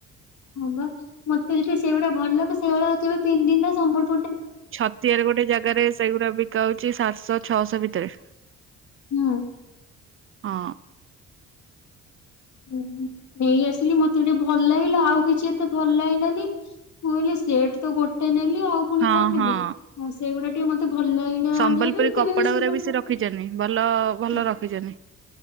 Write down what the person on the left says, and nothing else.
ହଁ ବା ମତେ <unintelligible> ସେଇଗୁଡା ଭଲ ଲାଗେ, ସେଇଭଳିଆ କେବେ ପିନ୍ଧିନି ନା ସମ୍ବଲ
ହୁଁ
ହୁ ହୁଁ ନେଇ ଆସିଲି ମତେ ଟିକେ ଭଲ ଲାଗିଲା ଆଉ କିଛି ଏତେ ଭଲ ଲାଗିଲାନି। ମୁଁ କହିଲି ସେଟ ତ ଗୋଟେ ନେଲି ଆଉ ପୁଣି
କଣ ନେବି
ଆଉ ସେ ସେଇଗୁଡା ଟିକେ ମତେ ଭଲ ଲାଗିଲା
ଆଣିବା ପାଇଁ
କେବେ ବି ସେଇଟାଇପ୍
ର